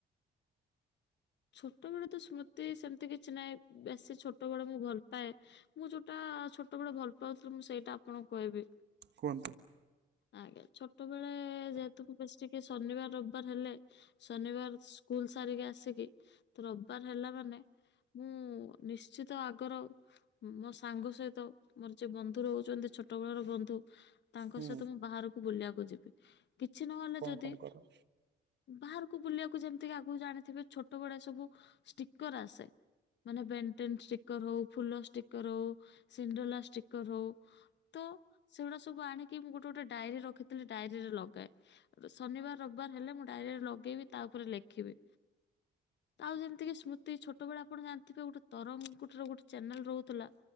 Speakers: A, on the left (about 60°); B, on the right (about 60°).
A: ଛୋଟ ବେଳେ ତ ସ୍ମୃତି ସେମିତି କିଛି ନାହିଁ ବେଶୀ ଛୋ ଛୋଟବେଳେ ମୁଁ ଭଲ ପାଏ ମୁଁ ଯୋଉଟା ଛୋଟବେଳେ ଭଲ ପାଉଥିଲି ମୁଁ ସେଇଟା ଆପଣଙ୍କୁ କହିବି?
B: କୁହନ୍ତୁ?
A: ଆଜ୍ଞା ଛୋଟ ବେଳେ ଯେହେତୁକୁ ବେଶୀ ଟିକେ ଶନିବାର ରବିବାର ହେଲେ। ଶନିବାର ସ୍କୁଲ ସାରିକି ଆସିକି ରବିବାର ହେଲା ମାନେ ମୁଁ ନିଶ୍ଚିତ ଆଗର ମୋ ସାଙ୍ଗ ସହିତ ମୋର ଯେ ବନ୍ଧୁ ରହୁଛନ୍ତି ଛୋଟ ବେଳର ବନ୍ଧୁ ତାଙ୍କ
B: ହୁଁ
A: ସହିତ ମୁଁ ବାହାରକୁ ବୁଲିବାକୁ ଯିବି କିଛି ନହେଲେ
B: କଣ
A: ଯଦି
B: କଣ କର?
A: ବାହାରକୁ ବୁଲିବାକୁ ଯେମିତିକ ଆଗକୁ ଜାଣିଥିବେ ଛୋଟ ବେଳେ ସବୁ ଷ୍ଟିକର ଆସେ। ମାନେ ବେଣ୍ଟେନ ଷ୍ଟିକର ହଉ ଫୁଲ ଷ୍ଟିକର ହଉ ସିଣ୍ଡଲା ଷ୍ଟିକର ହଉ। ତ ସେଗୁଡା ସବୁ ଆଣିକି ମୁଁ ଗୋଟେ ଗୋଟେ ଡାଇରୀ ରଖିଥିଲି ଡାଇରୀରେ ଲଗାଏ ଶନିବାର ରବିବାର ହେଲେ ମୁ ତାରରେ ଲଗେଇବି ତା ଉପରେ ଲେଖିବି। ଆଉ ଯେମିତି କିି ସ୍ମୃତି ଛୋଟବେଳେ ଆପଣ ଜାଣିଥିବେ ଗୋଟେ ତରଙ୍ଗର ଗୋଟେ ଚ୍ୟାନେଲ ରହୁଥିଲା।